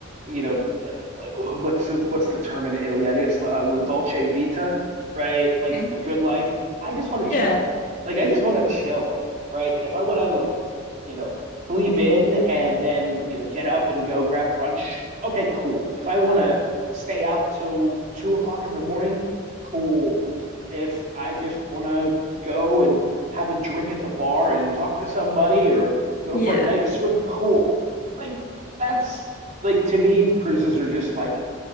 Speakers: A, on the right (about 40°); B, on the left (about 45°).
A: you know, uh, like uh, what's the, what's the term in Italy? I think it's uh, La Dolce Vita, right? Like
B: Okay.
A: the good life. I just want to
B: yeah,
A: chill. Like I just want to chill, right? If I want to like, you know, sleep in and then, you know, get up and go grab brunch, okay, cool. If I want to stay out till two o'clock in the morning, cool. If I just want to go and have a drink at the bar and talk to somebody or go
B: yeah,
A: for a night swim, cool. Like that's like to me, cruises are just like